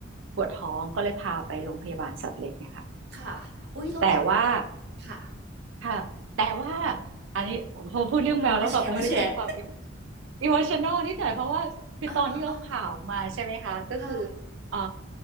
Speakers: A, on the right (about 75°); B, on the right (about 60°).
A: ปวดท้องก็เลยพาไปโรงพยาบาลสัตว์เล็กเนี่ยค่ะ
B: ค่ะอุ๊ยแล้วตอน
A: แต่ว่า
B: ค่ะ
A: ค่ะแต่ว่าอันนี้พอพูดเรื่องแมวแล้วแบบมันก็จะมีความ
B: มามาแชร์มาแชร์
A: อิโมชัน a ลนิดหน่อยเพราะว่าคือตอนที่เขาผ่าออกมาใช่ไหมคะก็คือ
B: อาอ่าอ่าค่ะ
A: เอ่อ